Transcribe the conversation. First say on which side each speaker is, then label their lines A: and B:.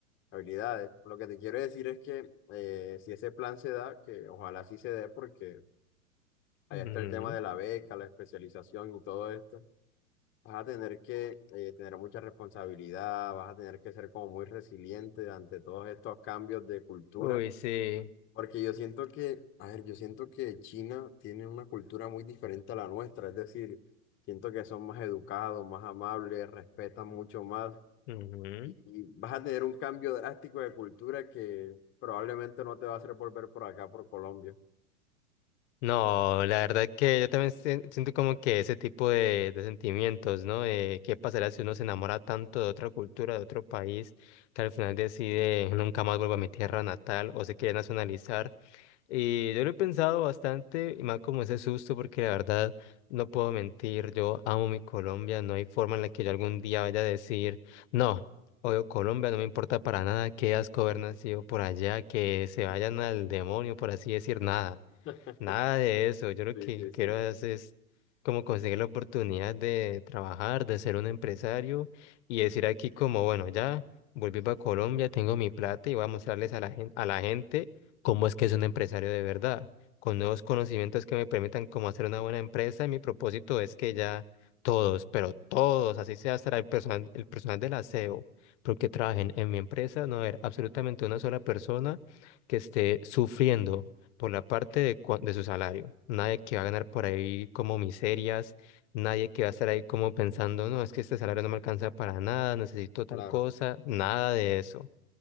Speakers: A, on the left; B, on the left.
A: habilidades. Lo que te quiero decir es que eh, si ese plan se da, que ojalá sí se dé porque ahí
B: Ujú.
A: está el tema de la beca, la especialización y todo esto. Vas a tener que eh, tener mucha responsabilidad, vas a tener que ser como muy resiliente ante todos estos cambios de cultura,
B: Uy, sí.
A: porque yo siento que, a ver, yo siento que China tiene una cultura muy diferente a la nuestra, es decir, siento que son más educados, más amables, respetan mucho más
B: Ujú.
A: y, y vas a tener un cambio drástico de cultura que probablemente no te va a hacer volver por acá, por Colombia.
B: No, la verdad que yo también se- siento como que ese tipo de, de sentimientos, ¿no? Eh, ¿qué pasará si uno se enamora tanto de otra cultura, de otro país, que al final decide nunca más vuelvo a mi tierra natal o se quiere nacionalizar? Y yo lo he pensado bastante, y más como ese susto, porque la verdad no puedo mentir, yo amo mi Colombia, no hay forma en la que yo algún día vaya a decir, no, odio Colombia, no me importa para nada, qué asco haber nacido por allá, que se vayan al demonio, por así decir, nada.
A: <laughs>
B: Nada de eso. Yo lo
A: Sí,
B: que
A: sí,
B: quiero
A: sí.
B: hacer es como conseguir la oportunidad de trabajar, de ser un empresario y decir aquí como, bueno, ya volví para Colombia, tengo mi plata y voy a mostrarles a la gente, a la gente cómo es que es un empresario de verdad, con nuevos conocimientos que me permitan cómo hacer una buena empresa. Y mi propósito es que ya todos, pero todos, así sea hasta el personal, el personal del aseo, porque trabajen en mi empresa, no haber absolutamente una sola persona que esté sufriendo por la parte de, cua- de su salario. Nadie que va a ganar por ahí como miserias, nadie que va a estar ahí como pensando, no, es que este salario no me alcanza para nada, necesito tal
A: Claro.
B: cosa, nada de eso.